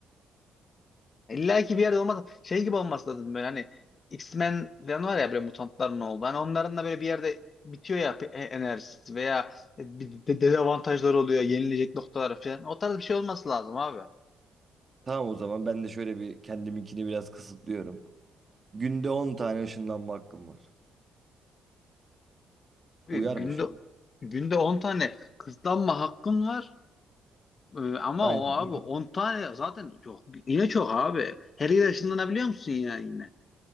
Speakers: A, on the left; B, on the right.
A: İlla ki bir yerde olmaz. Şey gibi olması lazım böyle hani X-Men falan var ya böyle mutantların oldu. Hani onların da böyle bir yerde bitiyor ya pe- e- enerjisi veya bir de- dezavantajları oluyor, yenilecek noktalar falan. O tarz bir şey olması lazım abi.
B: Tamam o zaman ben de şöyle bir kendiminkini biraz kısıtlıyorum. Günde 10 tane ışınlanma hakkım var.
A: Abi
B: Uyar
A: günde
B: mı şimdi?
A: günde 10 tane kısıtlanma hakkın var. Ee, ama
B: Aynen.
A: o abi
B: Gün-
A: 10 tane zaten çok yine çok abi. Her yere ışınlanabiliyor musun yani yine?